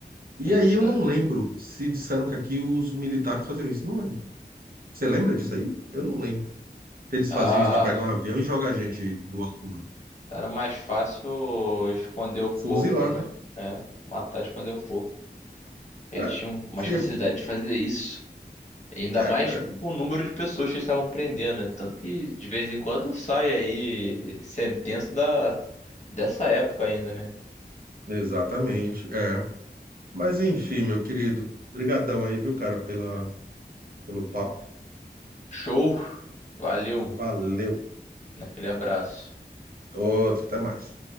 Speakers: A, on the right; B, on the left.
A: E
B: Isso.
A: aí eu não lembro se disseram que aqui os militares faziam isso. Não lembro. Você lembra disso aí? Eu não lembro. Se Eles
B: Ah,
A: faziam isso de pegar um avião e jogar a gente do alto, mano.
B: era mais fácil esconder o corpo,
A: Fuzilar,
B: né?
A: né?
B: É. Matar, esconder o corpo. Eles
A: É.
B: tinham mais
A: Seria...
B: facilidade de fazer isso. Ainda
A: É,
B: mais
A: é.
B: com o número de pessoas que eles estavam prendendo, né? Tanto que de vez em quando sai aí sentença da dessa época ainda, né?
A: exatamente. É. Mas enfim, meu querido. Brigadão aí, viu, cara, pela, pelo papo.
B: Show, valeu,
A: Valeu.
B: naquele abraço.
A: Outro, até mais.